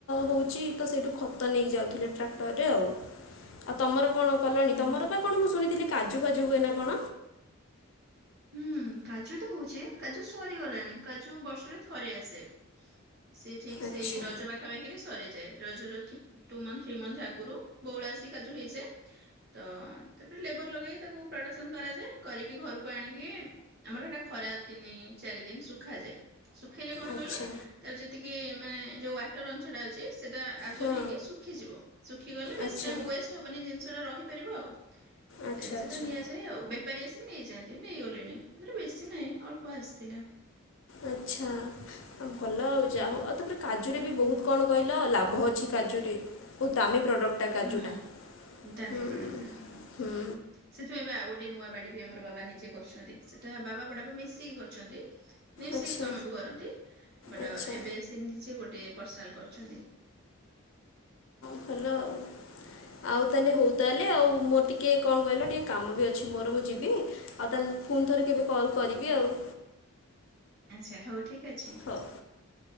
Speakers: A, on the left (about 65°); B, on the right (about 50°).
A: ହୋଉଚି ତ ସେଇଠୁ ଖତ ନେଇକି ଯାଉଥୁଲେ ଟ୍ରାକ୍ଟରରେ ଆଉ। ଆଉ ତମର କଣ କଲ? ତମର
B: ହୁଁ
A: ପା କଣ ମୁଁ ଶୁଣିଥିଲି କଜୁ ଫାଜୁ ହୁଏ ନାଁ କଣ?
B: ହୁଁ କାଜୁ ତ ହୋଉଚି କାଜୁ ସରିଗଲାଣି କାଜୁ ବର୍ଷରେ ଥରେ ଆସେ। ସେ ଠିକ
A: ଆଚ୍ଛା
B: ସେଇ ରଜ ପାଖାପାଖିରେ ସରିଯାଏ। ରଜର ଠିକ୍ ଟୁ ମନ୍ଥ ଥ୍ରୀ ମନ୍ଥ ଅଗୁରୁ ବୋଉଳ ଆସି କାଜୁ ହେଇଯାଏ ତ ତାପରେ ଲେବର ଲଗେଇକି ତାକୁ ପ୍ରଡକ୍ସନ୍ କରାଯାଏ। କରିକି ଘରୁ କୁ ଆଣିକି ଆମର ହେଟା ଖରା ତିନି ଚାରି ଦିନ ଶୁଖାଯାଏ। ଶୁଖେଇଲେ କଣ
A: ଆଚ୍ଛା
B: କହିଲ ତାର ଯେତିକି ଆମେ ଯୋଉ ୱାଟର ଅଂଶଟା ଅଛି ସେଟା ଆବଜର୍ବ
A: ହଁ
B: ହେଇକି ଶୁିଖିଯିବ ଶୁଖିଗଲେ ବେଶୀ
A: ଆଚ୍ଛା
B: ଟାଇମ୍ ଉଏଷ୍ଟ ହବନେଇ ଜିନିଷଟା ରହି ପାରିବ ଆଉ।
A: ଆଚ୍ଛା
B: ଜିନିଷଟା
A: ଆଚ୍ଛା
B: ନିଆଯାଏ ଆଉ ବେପାରୀ ଆସ୍ ବି ନେଇଯାଆନ୍ ନେଇଗଲେଣି ଏଥର ବେଶୀ ନାହିଁ ଅଳ୍ପ ଆସିଥିଲା।
A: ଆଚ୍ଛା ଆଉ ଭଲ ଆଉ
B: ହୁଁ
A: ଯା ହୋଉ ଆଉ ତାପରେ କାଜୁରେ ବି ବୋହୁତ୍ କଣ କହିଲ ଲାଭ ଅଛି କାଜୁରେ, ବୋହୁତ୍ ଦାମୀ ପ୍ରଡ଼କ୍ଟଟା କାଜୁଟା
B: ହୁଁ ଦାମୀ
A: ହୁଁ
B: ପ୍ରଡକ୍ଟଟା ହଁ
A: ହୁଁ
B: ସେଥିପାଇଁ ପା ଆଉ ଗୋଟେ ନୂଆ ବାଡ଼ି ବି ଆମର ବାବା ନିଜେ କରଛନ୍ତି ସେଟା ବାବା ବଡ଼ାପା ମିଶିକି କରଛନ୍ତି। ନାଇଁ
A: ଆଚ୍ଛା
B: ସିଏ କାମ ବି କରନ୍ତି ବଟ
A: ଆଚ୍ଛା
B: ଏବେ ସେ ନିଜେ ଗୋଟେ ପର୍ସନାଲ କରଛନ୍ତି।
A: ହଁ। ଭଲ ଆଉ ଆଉ ତାହେଲେ ହୋଉ ତାହେଲେ ଆଉ ମୋର ଟିକେ କଁ କହିଲ ଟିକେ କାମ ବି ଅଛି ମୋର ମୁଁ ଯିବି ଆଉ ତାହେଲେ ଫୁଣି ଥରେ କେବେ କଲ୍ କରିବି ଆଉ।
B: ଆଚ୍ଛା ହୋଉ ଠିକ ଅଛି।
A: ହଉ